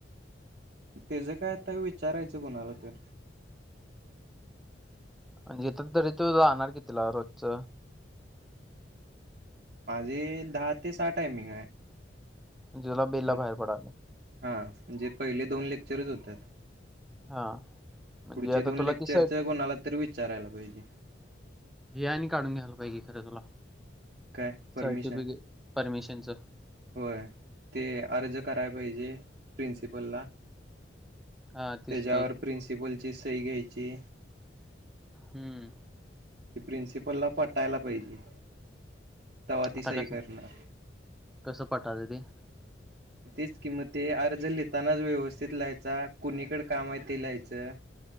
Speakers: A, on the right (about 50°); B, in the centre.
A: तेचं काय आता विचारायचं कुणाला तर.
B: म्हणजे इथ तरी तू जाणार की तिला रोजच.
A: माझे दहा ते सहा टायमिंग आहे.
B: जला बेला
A: मग
B: बाहेर पडा.
A: हा म्हणजे पहिले दोन लेक्चरच होतात.
B: हा म्हणजे
A: पुढचे
B: आता
A: दोन
B: तुला
A: लेक्चरच
B: ति सा
A: कोणाला तर विचारायला पाहिजे
B: हे काढून घ्याला पाहिकीे खरं तुला...
A: काय परमिशन
B: सर्टिफिकेट परमिशनचं
A: होय ते अर्ज करायला पाहिजे. प्रिंसिपलला..
B: हा तेच
A: त्याच्यावर
B: की
A: प्रिन्सिपल... ची सई घ्यायची.
B: हम्म.
A: त प्रिन्सिपलला पटायला पाहिजे. तवा ती
B: आता
A: सही
B: कस
A: करणार
B: कसं पटातं ते...
A: तीच किंमत ते अर्ज लिहीतानाच व्यवस्थित लिहायचा कुणीकडे काम आहे ते लिहायचं